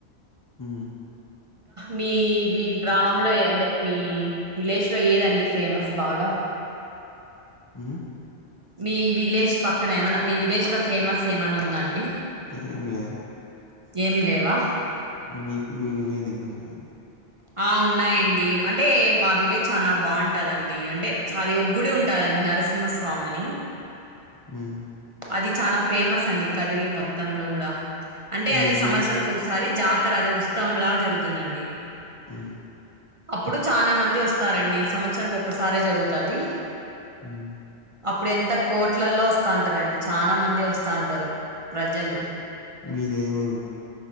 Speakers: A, on the left; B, on the right.
A: ఊ
B: మీ మీ గ్రామంలో అంటే మీ విలేజ్లో ఏదండి ఫేమస్ బాగా
A: హ్
B: మీ విలేజ్ పక్కన ఏమైన్నా మీ విలేజ్ లో ఫేమస్ ఏమన్నా ఉందా అండి
A: ఏం లేవు
B: ఏం లేవా
A: మీకు మీ విలేజ్ దగ్గర ఉన్నాయ
B: ఆ ఉన్నాయండి అంటే మా విలేజ్ చాలా బాగుంటదండి అంటే అది ఒక గుడి ఉంటాదండి. నరసింహస్వామి అని
A: హ్
B: అది చాలా ఫేమస్ అండి కదిరి మొత్తం లో గుడా అంటే
A: మీదేవి
B: అది సంవత్సరానికి ఒకసారి జాతి అదే ఉత్సవంలా జరుగుతుందండి
A: మ్మ్
B: అప్పుడు చాలా మంది వస్తారండి సంవత్సరానికి ఒక్కసారే జరుగుతది అండి
A: హ్
B: అప్పుడు ఎంత కోట్లల్లో వస్తాంటారండి చనా మంది వస్తా అంటారు ప్రజలు
A: మీదే ఊరు